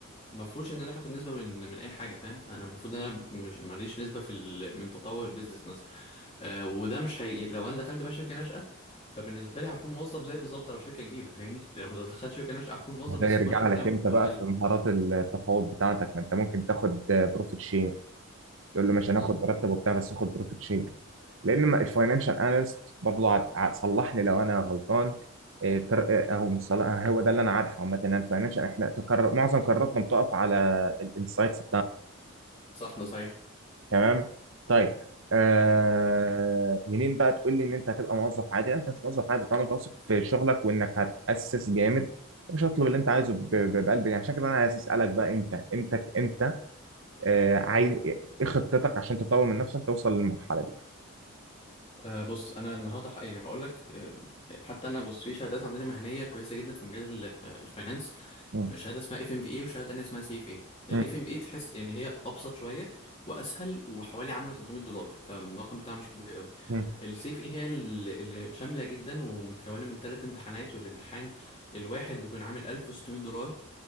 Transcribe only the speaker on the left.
ما فيهوش ان انا اخد نسبه من من اي حاجه فاهم انا المفروض ان انا مش ماليش نسبه في ال- من تطور البيزنس مثلا آه، وده مش هي لو انا دخلت بقى شركه ناشئه فبالنسبه لي هكون موظف زي بالظبط لو شركه كبيره فاهمني لو دخلت شركه ناشئه هكون موظف
بس
المرتب بتاعي
ممكن
يكون اقل
مم.
صح ده صحيح
أه بص انا النهارده ح- يعني هقول لك أه، حتى انا بص في شهادات عندنا مهنيه كويسه جدا في مجال ال- أه، الفاينانس
في شهاده اسمها اف ام في اي وشهاده تانيه اسمها سي اف اي الاف
ام في اي تحس يعني هي ابسط شويه واسهل وحوالي عامله 300 دولار فالرقم بتاعها مش كبير قوي
السي اف اي هي ال- اللي شامله جدا ومتكونه من ثلاث امتحانات والامتحان الواحد بيكون عامل 1600 دولار